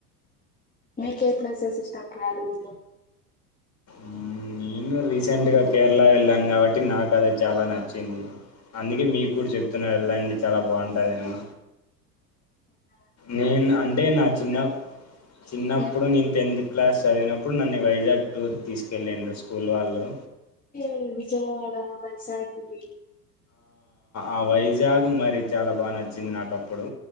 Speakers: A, on the left; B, on the left.
A: మీకు ఏ ప్లేసెస్ ఇష్టం ట్రావెలింగ్ లో
B: ఉమ్ నేను రీసెంట్ గా కేరళ వెళ్ళాను కాబట్టి నాకు అదే చాలా నచ్చింది అందుకే మీకు కూడా చెప్తున్నా వెళ్ళండి చాలా బాగుంటాదని
A: అ
B: నేను అంటే నా చిన్న చిన్నప్పుడు
A: మ్మ్
B: నేను టెన్త్ కు క్లాస్ చదివినప్పుడు నన్ను వైజాగ్ టూర్ కి తీసుకెళ్ళిండ్రు స్కూల్ వాళ్ళు
A: ఉమ్ విజయవాడ వైశాగ్విటి
B: ఆ వైజాగ్ మరి చాలా బాగా నచ్చింది నాకు అప్పుడు